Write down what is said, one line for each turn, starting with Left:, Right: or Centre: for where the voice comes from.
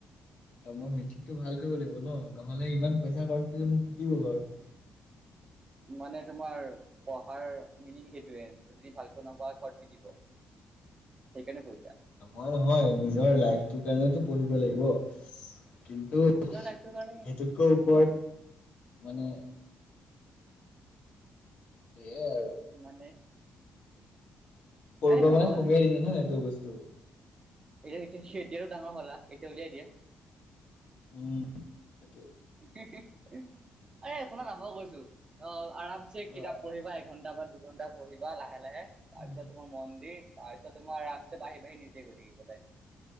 Left: ত মই মেট্ৰিকটো ভাল কৰিব লাগিব ন, নহলে ইমান পইচা খৰচ কৰিছে মোক পিটিব ঘৰত। <unintelligible>
Right: মানে তোমাৰ পঢ়াৰ মিনিং সেইটোৱে যদি ভালকৈ নপঢ়া ঘৰত <unintelligible> দিব <inaudible> সেইকাৰণে পঢ়িছা?
Left: নহয়-নহয় নিজৰ লাইফটোৰ কাৰণেতো পঢ়িব লাগিব। <inaudible> কিন্তু
Right: নিজৰ লাইফটোৰ কাৰণে
Left: সেইটোতকৈ ওপৰত মানে <inaudible> এ <unintelligible>
Right: মানে? <unintelligible>
Left: সৰুৰ
Right: এই
Left: পৰা
Right: নহয়
Left: মানে খুবেই আহিছে ন এইটো বস্তু। <unintelligible>
Right: এতিয়া <unintelligible> এতিয়াটো ডাঙৰ হলা, এতিয়া উলিয়াই দিয়া। <unintelligible>
Left: উম! সেইটোৱেই। <inaudible>
Right: উ <unintelligible> আৰে অকনমান আৰম্ভ কৰিছোঁ। অ! আৰামছে
Left: কোৱা
Right: কিতাপ পঢ়িবা এঘণ্টা বা দুঘণ্টা পঢ়িবা লাহে-লাহে। <unintelligible> তাৰ
Left: উম
Right: পিছত তোমাৰ <unintelligible> মন্দিৰ তাৰপিছত তোমাৰ আৰামছে বাঢ়ি-বাঢ়ি নিজে গৈ থাকিব দে।